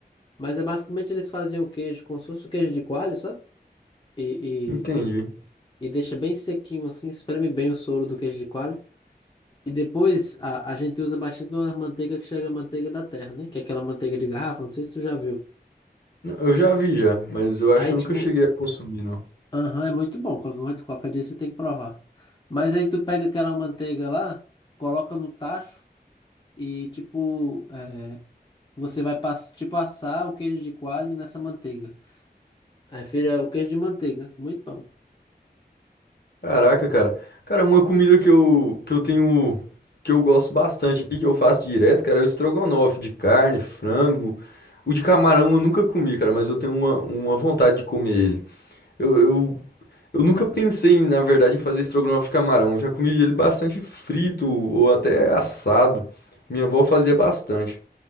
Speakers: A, on the left; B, on the left.
A: mas é basicamente eles faziam o queijo como se fosse o queijo de coalho, sabe? E,
B: Entendi.
A: e, e deixa bem sequinho assim, espreme bem o soro do queijo de coalho. E depois a, a gente usa bastante uma manteiga que chega a manteiga da terra, né? Que é aquela manteiga de garrafa, não sei se tu já viu.
B: Não, Eu já vi já, mas eu
A: Aí
B: acho que eu
A: tipo,
B: nunca cheguei a consumir, não.
A: aham, é muito bom, qualquer, qualquer dia você tem que provar. Mas aí tu pega aquela manteiga lá, coloca no tacho e tipo, é, Você vai pass te passar o queijo de coalho nessa manteiga. Aí vira o queijo de manteiga. Muito bom.
B: Caraca, cara. Cara, uma comida que eu, que eu tenho, que eu gosto bastante aqui, que eu faço direto, cara, é o estrogonofe de carne, frango. O de camarão eu nunca comi, cara, mas eu tenho uma, uma vontade de comer ele. Eu, eu, eu nunca pensei, em, na verdade, em fazer estrogonofe de camarão. Eu já comi ele bastante frito ou até assado. Minha avó fazia bastante.